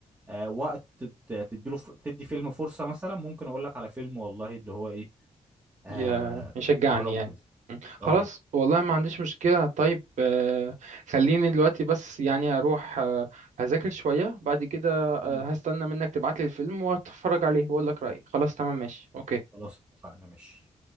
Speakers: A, on the right (about 15°); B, on the right (about 80°).
A: آه وقت تت- تديله ف- تدي فيلم فرصه مثلا ممكن اقول لك على فيلم والله اللي هو ايه آه
B: يا يشجعني
A: جربه
B: يعني
A: كده
B: مم. خلاص
A: اهو
B: والله ما عنديش مشكلة طيب آه خليني دلوقتي بس يعني أروح آه هذاكر شوية بعد كده آه
A: مم.
B: هستنى منك تبعتلي الفيلم وأتفرج عليه وأقول لك رأيي خلاص تمام ماشي أوكي
A: خلاص اتفقنا ماشي